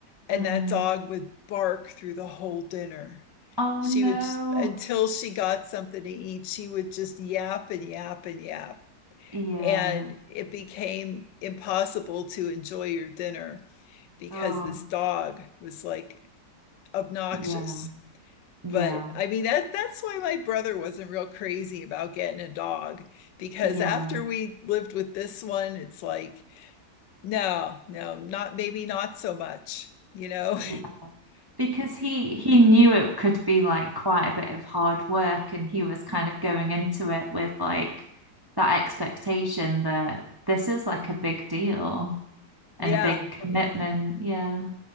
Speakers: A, on the left (about 85°); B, on the right (about 25°).
A: and
B: Mm.
A: that dog would bark through the whole dinner
B: Oh
A: she
B: no.
A: would just until she got something to eat she would just yap and yap and yap
B: Yeah.
A: and it became impossible to enjoy your dinner because
B: Oh,
A: this dog was like obnoxious
B: yeah. Yeah.
A: but I mean that that's why my brother wasn't real crazy about getting a dog because
B: Yeah.
A: after we lived with this one it's like no no not maybe not so much you know
B: Yeah. Because he he knew it could be like quite a bit of hard work and he was kind of going into it with like that expectation that this is like a big deal and
A: <laughs> yeah
B: a big commitment.
A: yeah
B: Yeah.